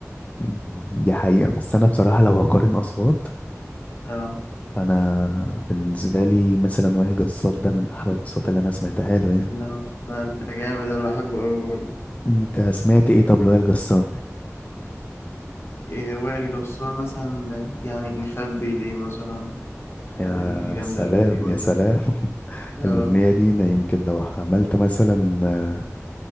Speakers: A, on the left; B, on the left.
A: أمم، دي حقيقه بس انا بصراحه لو هقارن اصوات
B: آه،
A: انا بالنسبه لي مثلا وائل جسار ده من احلى الاصوات اللي انا سمعتها له يعني
B: آه، لأ أنت جامد، أنا باحبه أوي برضه.
A: انت سمعت ايه طب لوائل جسار
B: إيه وائل جسار مثلا آه، يعني نخبي ليه مثلا الحاجات
A: يا
B: الجامدة
A: سلام
B: أوي دي وقديمة
A: يا سلام <laughs>
B: اه
A: الاغنيه دي انا يمكن لو عملت مثلا